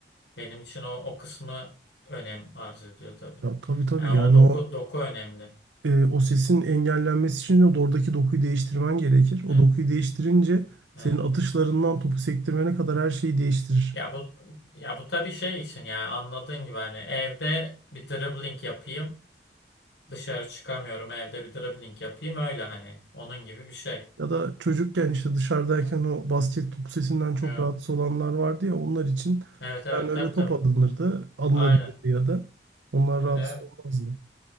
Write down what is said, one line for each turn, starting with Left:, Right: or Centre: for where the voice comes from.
Left: Benim için o o kısmı önem arz ediyor tabii.
Right: Ya tabii tabii
Left: Yani o
Right: yani
Left: doku
Right: o
Left: doku önemli.
Right: e, o sesin engellenmesi için de oradaki dokuyu değiştirmen gerekir.
Left: Evet,
Right: O dokuyu değiştirince
Left: evet,
Right: senin atışlarından
Left: evet.
Right: topu sektirmene kadar her şeyi değiştirir.
Left: Ya bu ya bu tabii şey için ya anladığın gibi hani evde bir dribbling yapayım. Dışarı çıkamıyorum evde bir dribbling yapayım öyle hani onun gibi bir şey.
Right: Ya da çocukken işte dışarıdayken
Left: Evet.
Right: o basket topu sesinden çok
Left: Evet
Right: rahatsız olanlar vardı ya onlar için
Left: evet, evet
Right: yani öyle
Left: tabii
Right: top
Left: tabii.
Right: alınırdı, alınabilirdi
Left: Aynen.
Right: ya da onlar rahatsız
Left: Evet.
Right: olmazdı.